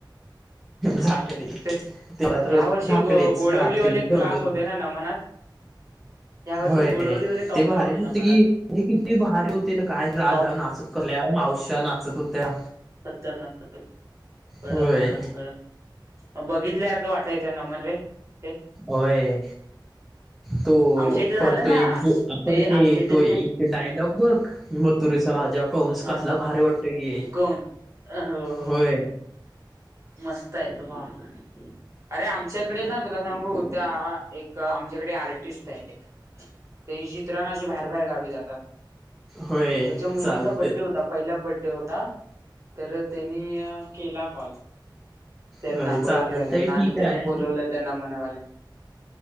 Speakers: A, in the centre; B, on the right.
A: जाकडी
B: ते
A: तेव्हा तर रोज
B: या वर्षी
A: जाकडी
B: गो गोळवलीवाले
A: रात्री दोन
B: क्लास
A: दोन
B: होते ना नमनात या वर्षी
A: होय
B: गोळवलीवाले टॉपला
A: ते भारी
B: होते
A: नव्हते
B: नमनात
A: की अरे किती भारी होते ना काय आधार
B: टॉप
A: नाचत असत कल्या मावश्या नाचत होत्या
B: खतरनाक खतरनाक कडक
A: होय
B: कडक कडक मग बघितल्यासखं वाटायचं न मन रे ते
A: होय तो
B: आमच्या इथे झालं
A: परतो
B: ना
A: एक जो अपरते
B: ते आमच्या इथे
A: तो एक
B: ते
A: डायलॉग बघ हमतुरेसर काझ्या कौंस
B: हा
A: कसला भारी वाटतेय की
B: कोण हो हो
A: होय
B: मस्त आहे तो भाव अरे आमच्याकडे ना तुला सांगू त्या एक आमच्याकडे आर्टिस्ट आहे एक त्याची चित्रणा अशी बाहेर बाहेर गावी जातात
A: होय
B: त्याच्या मुलगीचा
A: चालतय
B: बड्डे होता पहिला बड्डे होता तर त्यांनी केला कॉल त्यांना
A: होय
B: गोळवलीवाल्यांना
A: चालतय ठीक
B: आणि त्यांनी
A: आहे
B: बोलवलं त्यांना मनावाल्या